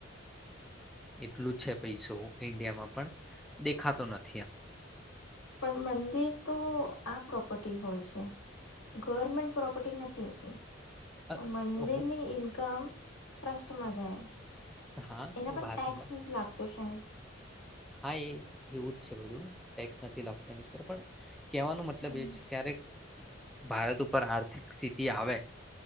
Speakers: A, in the centre; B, on the left (about 80°).
A: એટલું જ છે પૈસું ઈન્ડિયામાં પણ દેખાતો નથી આમ.
B: પણ મંદિર તો આ પ્રોપર્ટી હોય છે ગવર્મેન્ટ પ્રોપર્ટી નથી હોતી.
A: એમ
B: મંદિરની
A: હું
B: ઇનકમ પ્રષ્ટ મા જાએ.
A: હા
B: એના પર
A: વાત
B: ટેક્સ
A: અમારે
B: નથી લાગતો શાયદ.
A: હા એ એવું જ છે બધું ટેક્સ નથી લાગત એની પર પણ કવાનો મતલબ
B: હમ,
A: એ છે ક્યારેક ભારત ઉપર આર્થિક સ્થિતિ આવે.